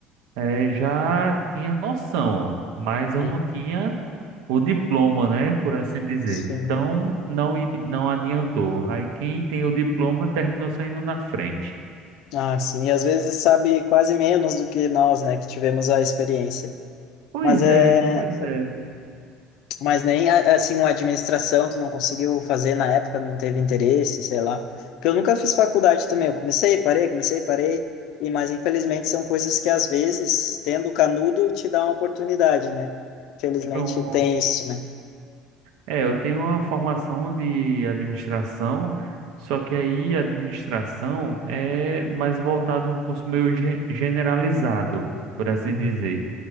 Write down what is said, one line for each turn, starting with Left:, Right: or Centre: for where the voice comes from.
Right: É, já tinha noção, mas eu
Left: Uhum.
Right: não tinha o diploma, né, por assim dizer.
Left: Sim.
Right: Então não id- não adiantou. Aí quem tem o diploma terminou saindo na frente.
Left: Ah, sim. E às vezes sabe quase menos do que nós, né, que tivemos a experiência.
Right: Pois
Left: Mas é,
Right: é, pois é.
Left: Mas nem a- assim uma administração tu não conseguiu fazer na época, não teve interesse, sei lá. Porque eu nunca fiz faculdade também, eu comecei, parei, comecei, parei. E mas infelizmente são coisas que às vezes, tendo canudo, te dá uma oportunidade, né? Infelizmente
Right: Então
Left: tem isso, né?
Right: É, eu tenho uma formação de administração, só que aí a administração é mais voltado a um curso meio ge- generalizado, por assim
Left: Uhum.
Right: dizer,